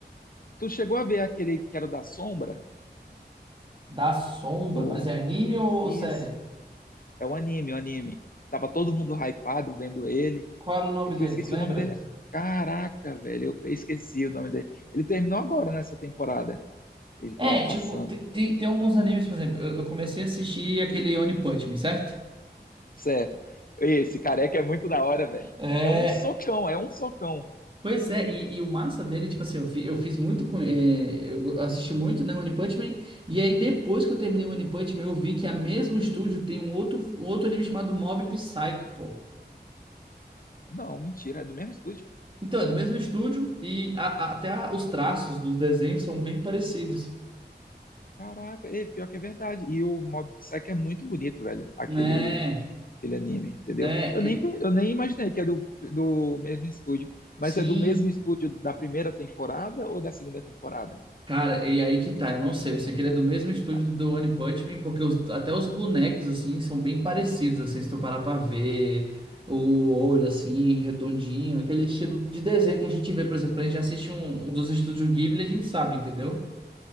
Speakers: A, on the left; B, on the right.
A: Tu chegou a ver aquele que era o da sombra?
B: Dá sombra,
A: Do.
B: mas é anime ou
A: Isso.
B: série?
A: É o anime, o anime. Tava todo mundo hypado vendo ele.
B: Qual era o nome
A: É que
B: dele,
A: eu esqueci
B: tu lembra?
A: o nome dele. Caraca, velho, eu esqueci o nome dele. Ele terminou agora nessa temporada. Ele
B: É,
A: tava passando.
B: tipo, tem, tem, tem alguns animes, por exemplo, eu, eu comecei a assistir aquele One Punch Man, certo?
A: Certo. Esse careca é muito da hora, velho.
B: É,
A: É um socão, é um socão.
B: pois é, e, e o massa dele, tipo assim, eu, fi, eu fiz muito com. é, eu assisti muito, né, One Punch Man, e aí depois que eu terminei o One Punch Man, eu vi que a mesmo estúdio tem um outro, um outro anime chamado Mob Psycho, pô.
A: Não, mentira, é do mesmo estúdio.
B: Então, é do mesmo estúdio, e a- a- até a- os traços dos desenhos são bem parecidos,
A: Caraca, é, pior que é verdade. E o Mob Psycho é muito bonito, velho. Aquele
B: né?
A: aquele anime, entendeu?
B: Né?
A: Eu
B: E-
A: nem, pe- eu nem imaginei que é do, do mesmo estúdio, mas
B: sim.
A: é do mesmo estúdio da primeira temporada ou da segunda temporada?
B: Cara, e aí que tá, eu não sei. Eu sei que ele é do mesmo estúdio
A: Ah,
B: do The One Punch Man, porque os- até os bonecos, assim, são bem parecidos, assim, se tu parar pra ver o olho, assim, redondinho, aquele estilo de desenho que a gente vê, por exemplo, quando a gente assiste um, um dos estúdios Ghibli, a gente sabe, entendeu?